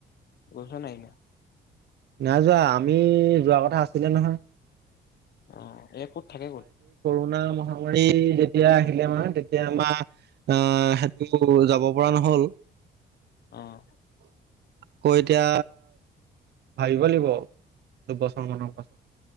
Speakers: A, on the left; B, on the right.
A: গছ নাই ন?
B: নাই যোৱা আমি যোৱা কথা আছিলে নহয়।
A: আহ এ ক'ত থাকে ক'ত?
B: কৰণা মহামাৰী যেতিয়া আহিলে আমাৰ তেতিয়া আমাৰ আহ সেইটো যাব পৰা নহ'ল।
A: আহ।
B: আকৌ এতিয়া ভাবিব লাগিব দুবছৰ মানৰ পাছত।